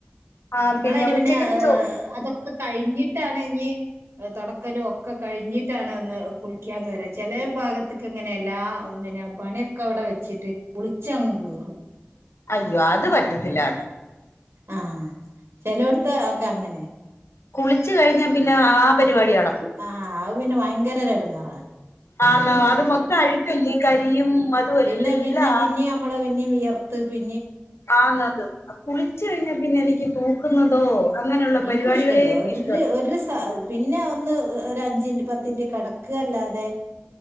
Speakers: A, on the left; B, on the right.
A: ആഹ്
B: ഞങ്ങളതിന്
A: ഉച്ചക്കത്തെ
B: പിന്നെ
A: ചോ
B: അതൊ- കഴിഞ്ഞിട്ടാണ് ഇനി തൊടക്കലും കഴിഞ്ഞിട്ടാണ് ഒന്ന് കുളിക്കാൻ കേറുക ചെല ഭാഗത്ത് തെ- ഇങ്ങനെ എല്ലാ പിന്നെ പണിയൊക്കെ അവിടെ വെച്ചിട്ട് കുളി- ചെങ്ങന്നൂർ
A: അയ്യോ അത് പറ്റത്തില്ല ല്ലാട്ടോ
B: ആഹ് ചെലോടുത്ത് ഒക്കെ അങ്ങനെയാണ്
A: കുളിച്ചു കഴിഞ്ഞ പിന്നെ ആ പരിപാടിയാണ്
B: ആ ആ അപിന്നെ വയ ങ്കരഒരട്ങേറാ
A: ആണോ അത് മൊത്തം അഴുക്കല്ലേ കരിയും അതും
B: പിന്നെ
A: എല്ലാം
B: പിന്നെ പിന്നെ നമ്മള് പിന്ന വിയർ ത്ത് പി
A: ആന്ന് അത് കുളിച്ച കഴിഞ്ഞ പിന്നെ എനിക്ക്. തൂക്കുന്നതോ അങ്ങനെയുള്ള പരിപാടികളെ
B: ഇൻക്കും ഇഷ്ടല്ല
A: എനിക്കിഷ്ടല്ല
B: ഒര് ഒര് സ പിന്നെ ഒന്ന് ഓരഞ്ച് ൻറ്റ് പ ത്തിന്റ്റ് കിടക്കല്ലാതെ